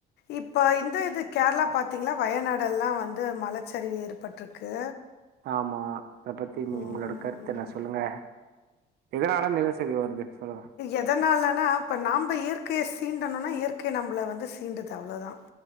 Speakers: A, on the left; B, on the right.
A: இப்போ இந்த இது கேரளா பார்த்தீங்கன்னா வயநாடெலா வந்து மலச்சரிவு ஏற்பட்டிருக்கு
B: ஆமா அத பத்தி உங்
A: ம்,
B: உங்களோட கருத்து என்ன சொல்லுங்க எதனால நிலைசரிவு வருது சொல்லுங்க
A: எதனாலன்னா இப்போ நம்ப இயற்கய சீண்டணும்னா இயற்கை நம்மள வந்து சீண்டுது அவ்ளோதா